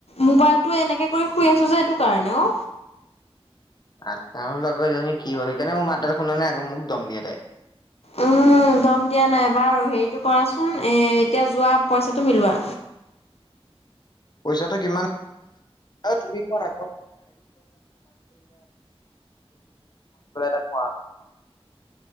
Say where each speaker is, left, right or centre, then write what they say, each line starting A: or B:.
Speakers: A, on the left; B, on the left.
A: মোবাইল তো এনেকে কৰি শুই আছো যে এইটো কাৰণে অ,।
B: আচ্ছা, মই বোলো আকো এইজনী কি হল সেইকাৰণে মই মাত দাল শুনা নাই আৰু মোক দম দিয়ে তাই।
A: উম দম দিয়া নাই, বাৰু হেৰিটো কৰাচোন এ এতিয়া যোৱা পইচাটো মিলোৱা।
B: পইচাটো কিমান? আৰে তুমি কোৱা না <unintelligible>